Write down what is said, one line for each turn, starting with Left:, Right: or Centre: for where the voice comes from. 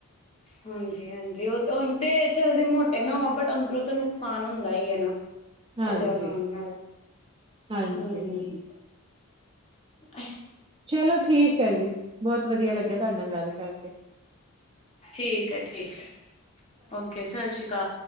Left: ਹਾਂਜੀ ਹਾਂਜੀ ਉਹ ਤਾਂ ਉਹ ਤੇ ਜਲਦੇ ਮੋਟੇ ਨਾ ਹੋ ਬਟ ਅੰਦਰੋਂ ਤਾਂ ਨੁਕਸਾਨ ਹੁੰਦਾ ਹੀ ਹੈ ਨਾ।
Right: ਹਾਂਜੀ
Left: ਤਲਿਆ ਖਾਣ ਨਾਲ
Right: ਹਾਂਜੀ
Left: ਹੂੰ
Right: ਹਾਂਜੀ
Left: ਏਹ
Right: ਚਲੋ ਠੀਕ ਹੈ ਜੀ ਬਹੁਤ ਵਧੀਆ ਲੱਗਿਆ ਤੁਹਾਡੇ ਨਾਲ ਗੱਲ ਕਰਕੇ।
Left: ਠੀਕ ਹੈ, ਠੀਕ ਹੈ। ਓਕੇ, ਸਤਿ ਸ੍ਰੀ ਅਕਾਲ।